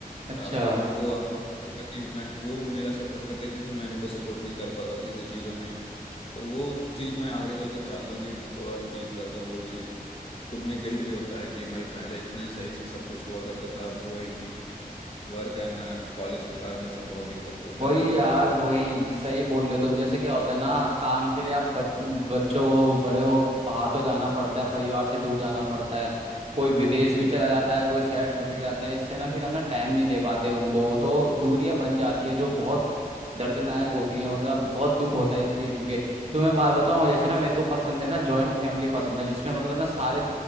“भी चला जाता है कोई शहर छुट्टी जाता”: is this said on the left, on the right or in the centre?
Right